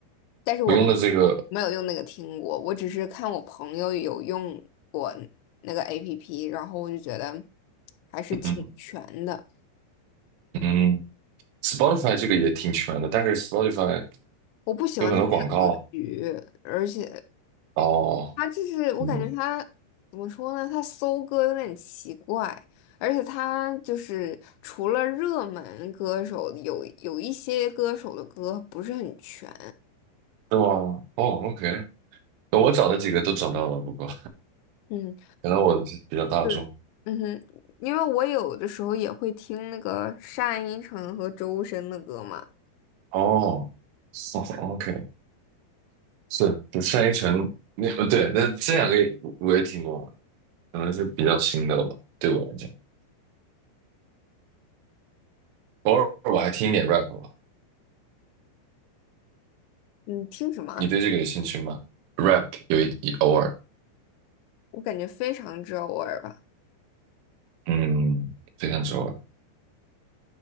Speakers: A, on the left; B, on the right.
A: 但是我没有
B: 我用的这个，
A: 没有用那个听过，我只是看我朋友有用过那个 APP，然后我就觉得还是挺全的。
B: 嗯嗯，Spotify 这个也挺全的，但是 Spotify
A: 我不喜欢他那个格局，
B: 有很多广告
A: 而且
B: 啊哦，
A: 他就是我感觉他怎么说呢？
B: 嗯，
A: 他搜歌有点奇怪，而且他就是除了热门歌手，有有一些歌手的歌不是很全。
B: 是吗？哦，OK，我找的几个都找到了，不过
A: 嗯。
B: 可能我比较大众
A: 对，嗯哼，因为我有的时候也会听那个单依纯和周深的歌嘛。
B: 哦。哦，OK，是单依纯城，那呃对，那这两个也我也听过，可能是比较新的了吧，对我来讲，偶尔我还听一点 rap 吧。
A: 你听什么？
B: 你对这个有兴趣吗？rap 有一一偶尔，
A: 我感觉非常之偶尔吧。
B: 嗯，非常之偶尔。